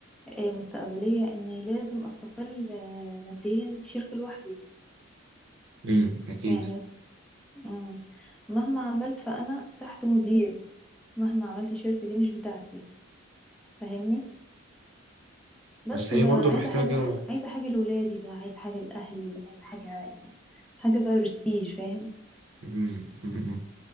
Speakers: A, in the centre; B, on the right.
A: آه، المستقبلية إني لازم أستقل آه، ماديا في شركة لوحدي
B: مم. اكيد
A: يعني مم. مهما عملت فأنا تحت مديري مهما عملت الشركة دي مش بتاعتي فاهمني بس
B: بس هي
A: بقى
B: برضو
A: أنا عايزة
B: محتاجة
A: حاجة عايزة حاجة لولادي بقى عايزة حاجة لأهلي عايزة حاجة يعني حاجة بقى برستيج فاهم
B: مم. مم.